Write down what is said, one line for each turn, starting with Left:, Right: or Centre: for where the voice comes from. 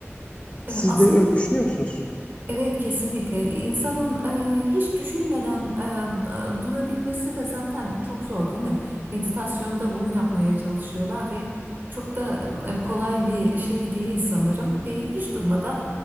Right: E,
Left: Siz
Right: Aslında
Left: de öyle düşünüyor musunuz?
Right: Evet kesinlikle insanın e, hiç düşünmeden e, d- durabilmesi de zaten çok zor değil mi? Meditasyonda bunu yapmaya çalışıyorlar ve çok da e, kolay bir şey değil sanırım. Beyin hiç durmadan